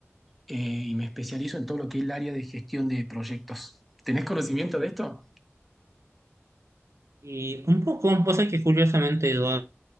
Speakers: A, in the centre; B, on the right.
A: eh, y me especializo en todo lo que es el área de gestión de proyectos. ¿Tenés conocimiento de esto?
B: Y un poco, vos sabés que curiosamente yo